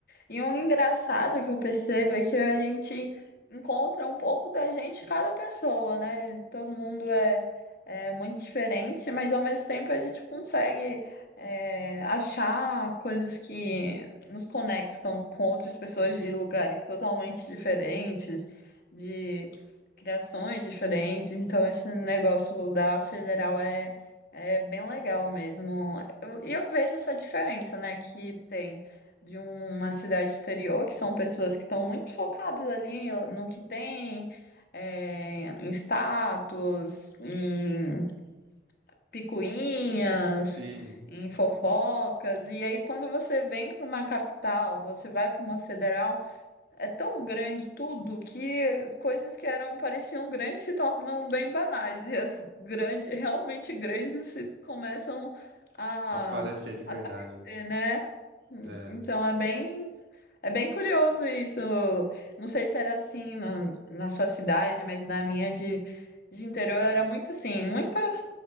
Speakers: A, on the left; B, on the right.
A: E um engraçado que eu percebo é que a gente encontra um pouco da gente em cada pessoa, né? Todo mundo é, é muito diferente, mas ao mesmo tempo a gente consegue é, achar coisas que nos conectam com outras pessoas de lugares totalmente diferentes, de criações diferentes. Então, esse negócio da federal é, é bem legal mesmo. Eu- E eu, vejo essa diferença, né, que tem de uma cidade exterior, que são pessoas que estão muito focadas ali no que tem, é, em status, em picuinhas,
B: Sim,
A: em fofocas. E aí, quando você vem para uma capital, você vai para uma federal, é tão grande tudo que coisas que eram pareciam grandes se tornam bem banais. E as grandes, realmente grandes, se começam a
B: aparecer de verdade.
A: aparecer, né?
B: É,
A: Então é bem é bem curioso isso. Não sei se era assim na, na sua cidade, mas na minha de, de interior era muito assim, muitas,